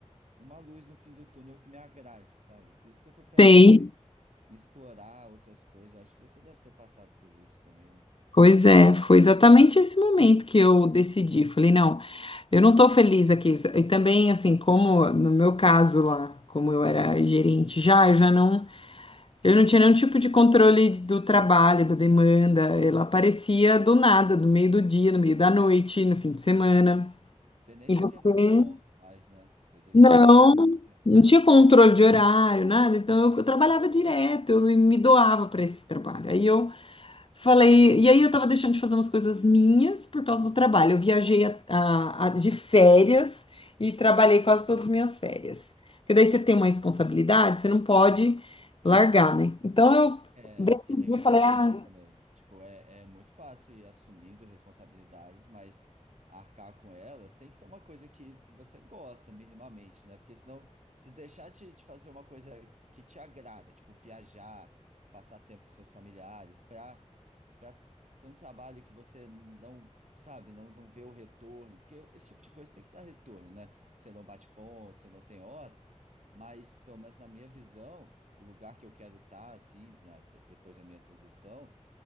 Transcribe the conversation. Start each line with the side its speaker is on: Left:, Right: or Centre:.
Right: uma luz no fim do túnel que me agrade, sabe? Por isso que eu estou pensando
Left: Sei,
Right: em explorar outras coisas. Eu Acho que você deve ter passado por isso também, né?
Left: pois é, foi exatamente esse momento que eu decidi. Falei, não, eu não estou feliz aqui. E também, assim, como no meu caso lá, como eu era gerente já, eu já não, eu não tinha nenhum tipo de controle do trabalho, da demanda. Ela aparecia do nada, no meio do dia, no meio da noite, no fim de semana.
Right: Você nem
Left: E
Right: devia
Left: você?
Right: bater ponto mais, né? Você devia
Left: Não,
Right: ter carro de clientes.
Left: não tinha controle de horário, nada. Então eu, eu trabalhava direto, eu me me doava para esse trabalho. Aí eu falei, e aí eu estava deixando de fazer umas coisas minhas por causa do trabalho. Eu viajei a- a- a- de férias e trabalhei quase todas as minhas férias. Porque daí você tem uma responsabilidade, você não pode largar, né? Então eu
Right: É,
Left: decidi,
Right: porque tem muito
Left: falei,
Right: isso
Left: ah,
Right: também. Tipo, é, é muito fácil ir assumindo responsabilidades, mas arcar com elas tem que ser uma coisa que você gosta minimamente, né? Porque senão, se deixar de, de fazer uma coisa que te agrada, tipo viajar, passar tempo com seus familiares, para para um trabalho que você não, sabe, não, não vê o retorno, porque esse tipo de coisa tem que dar retorno, né? Você não bate ponto, você não tem hora. Mas, pelo menos na minha visão, o lugar que eu quero estar, assim, na- de- depois da minha transição,